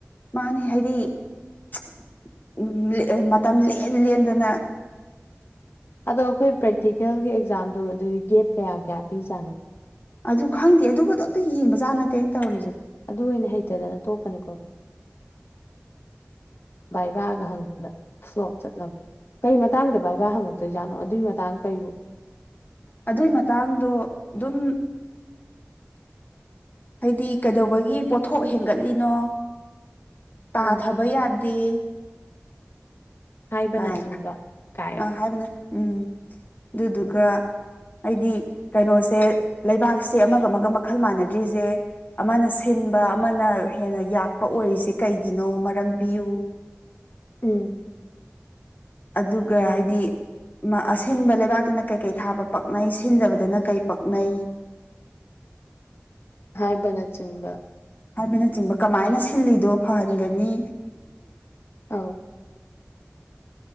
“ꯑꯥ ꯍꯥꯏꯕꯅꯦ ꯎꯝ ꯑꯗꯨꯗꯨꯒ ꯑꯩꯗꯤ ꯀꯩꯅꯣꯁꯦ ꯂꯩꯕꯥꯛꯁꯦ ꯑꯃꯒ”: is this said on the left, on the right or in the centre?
Left